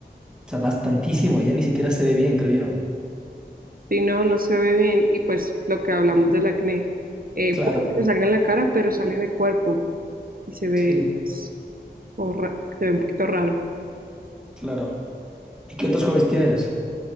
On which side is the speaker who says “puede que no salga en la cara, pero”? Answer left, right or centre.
Right